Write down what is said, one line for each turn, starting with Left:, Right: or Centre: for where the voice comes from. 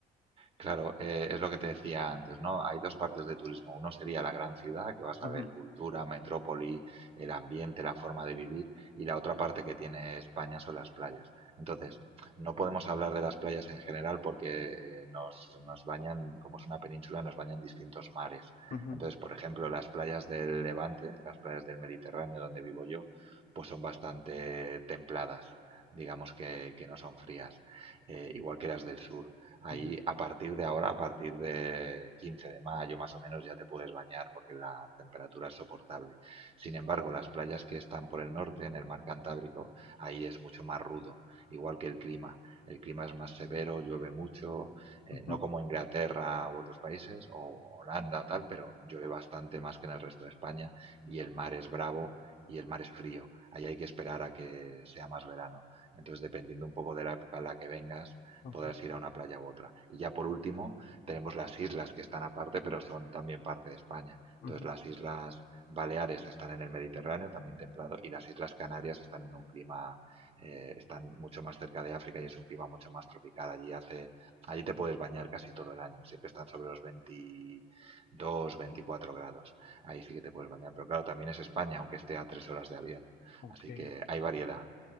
Right: Claro, eh, es lo que te decía antes, ¿no? Hay dos partes de turismo. Uno sería la gran ciudad, que vas
Left: Ujú,
Right: a ver cultura, metrópoli, el ambiente, la forma de vivir, y la otra parte que tiene España son las playas. Entonces, no podemos hablar de las playas en general porque eh, nos, nos bañan, como es una península, nos bañan distintos mares.
Left: ujú,
Right: Entonces, por ejemplo, las playas del Levante, las playas del Mediterráneo, donde vivo yo, pues son bastante templadas, digamos que, que no son frías, eh, igual que las del sur ahí
Left: ujú,
Right: a partir de ahora, a partir de 15 de mayo más o menos, ya te puedes bañar porque la temperatura es soportable. Sin embargo, las playas que están por el norte, en el mar Cantábrico, ahí es mucho más rudo, igual que el clima. El clima es más severo, llueve mucho, eh,
Left: ujú,
Right: no como Inglaterra u otros países, o Holanda o tal, pero llueve bastante más que en el resto de España y el mar es bravo y el mar es frío. Ahí hay que esperar a que sea más verano. Entonces, dependiendo un poco de la época en la que vengas,
Left: ok,
Right: podrás ir a una playa u otra. Y ya por último, tenemos las islas que están aparte, pero son también parte de España. Entonces,
Left: ujú,
Right: las islas Baleares están en el Mediterráneo, también templado, y las islas Canarias están en un clima, eh, están mucho más cerca de África y es un clima mucho más tropical. Allí hace, allí te puedes bañar casi todo el año, siempre están sobre los 22, 24 grados. Ahí sí que te puedes bañar, pero claro, también es España, aunque esté a tres horas de avión.
Left: ok.
Right: Así que hay variedad.